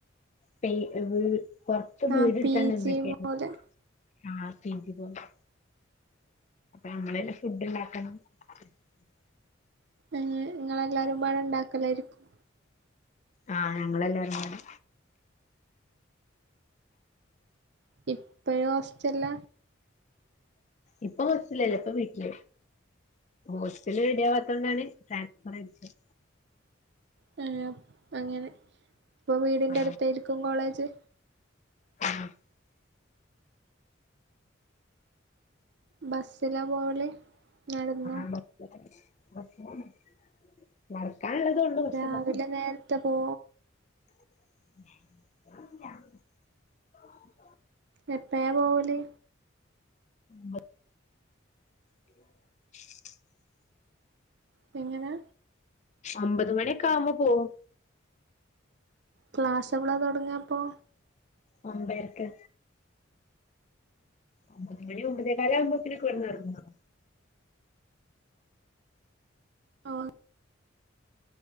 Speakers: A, on the left (about 35°); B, on the right (about 55°).
A: പേ അത് കൊറച്ച്
B: ആഹ്
A: വീടെട്ത്ങ്ങാണ്ട്
B: പി
A: എന്തൊക്കെ
B: ജി പോലെ
A: ആണ് ആ പീ ജി പോലെ നമ്മളെന്നെ ഫുഡ്ണ്ടാക്കണം <unintelligible>
B: ഏ ഇങ്ങെളല്ലാരുംപാടെണ്ടാക്കലാരിക്കും
A: ആ ഞങ്ങളെല്ലാരുംപാടെ
B: ഇപ്പഴുഹോസ്റ്റലിലാ
A: ഇപ്പൊ ബസ്സില്ലല്ല ഇപ്പൊ വീട്ടില് ഹോസ്റ്റൽ റെഡി ആവാത്ത കൊണ്ടാണ് ടെമ്പറേച്ചർ
B: <unintelligible> അങ്ങനെ ഇപ്പൊ വീടിന്റെ
A: ആ
B: അടുത്തായിരിക്കും കോളേജ്
A: <unintelligible>
B: ബസ്സിലപോലെ നടന്നു
A: ആ ബസ്സിലാണ് <unintelligible> പക്ഷെ
B: രാവിലെ
A: ബസ്സി
B: നേരത്തെ പോവോ
A: <unintelligible>
B: എപ്പഴാ പോവല്
A: ബൗ <unintelligible>
B: പ്പ എങ്ങനാ
A: ഒമ്പത് മണിയൊക്കെ ആവുമ്പോ പോവും
B: ക്ലാസ് എപളാ തുടങ്ങാ പ്പോ
A: ഒബ്ബരയ്ക് ഒമ്പത് മണി ഒമ്പതേക്കാലാവുമ്പോ ഇനക്ക് വരുന്നോ ഇറങ്ങാം
B: ആ